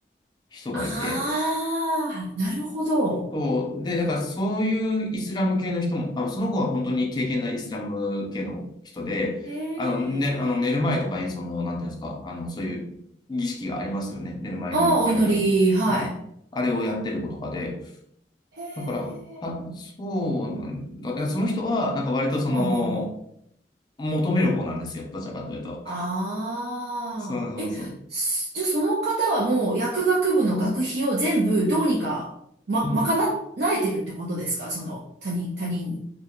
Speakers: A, on the left; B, on the right.
A: 人がいて、
B: ああ、なるほど。
A: そう、で、だからそういうイスラム系の人も、あ、その子は本当に経験ないイスラム系の人で、
B: へえ、
A: あの、ね、あの寝る前とかに、その、なんていうんですか、あの、そういう儀式がありますよね。寝る前にやるルーティン。
B: ああ、お祈り、はい。
A: はい。あれをやってる子とかで、
B: へえ、
A: だから、は、そうなんだ。でその人は、なんか割とその、
B: ほうほうほう。
A: 求める方なんですよ。どちらかというと。
B: ああ、
A: そうそうそう。
B: え、すじゃあその方はもう薬学部の学費を全部どうにか、ま、
A: うん。
B: 賄えてるってことですかその、他人、他人